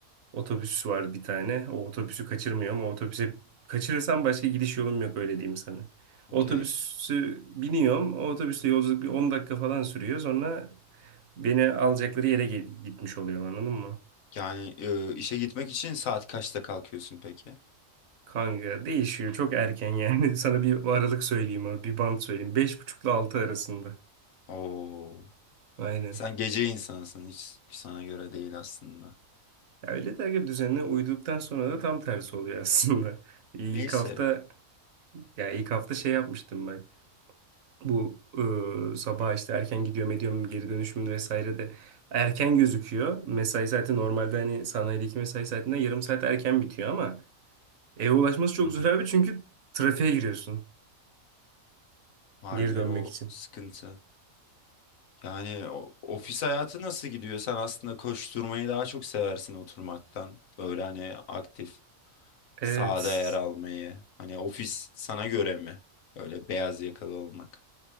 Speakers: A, on the right (about 75°); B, on the left (about 75°).
A: Otobüs var bir tane. O otobüsü kaçırmıyorum. O otobüse kaçırırsam başka gidiş yolum yok öyle diyeyim sana.
B: okey.
A: Otobüsü biniyorum. O otobüsle yolculuk bir 10 dakika falan sürüyor. Sonra beni alacakları yere ge- gitmiş oluyorum anladın mı?
B: Yani e, işe gitmek için saat kaçta kalkıyorsun peki?
A: Kanka değişiyor. Çok erken yani. <laughs> Sana bir aralık söyleyeyim abi. Bir bant söyleyeyim. Beş buçukla altı arasında.
B: Oo.
A: Aynen.
B: Sen gece insansın. Hiç sana göre değil aslında.
A: Ya öyle dergi düzenine uyduktan sonra da tam tersi oluyor aslında. <laughs> İlk
B: Neyse.
A: hafta ya ilk hafta şey yapmıştım bak. Bu e, sabah işte erken gidiyorum ediyorum geri dönüşüm vesaire de erken gözüküyor. Mesai saati normalde hani sanayideki mesai saatinden yarım saat erken bitiyor ama eve ulaşması çok
B: Hı hı.
A: zor abi çünkü trafiğe giriyorsun
B: Harbi
A: geri dönmek
B: o
A: için.
B: sıkıntı. Yani o- ofis hayatı nasıl gidiyor? Sen aslında koşturmayı daha çok seversin oturmaktan. Böyle hani aktif. sahada
A: Evet.
B: yer almayı. Hani ofis sana göre mi? Öyle beyaz yakalı olmak.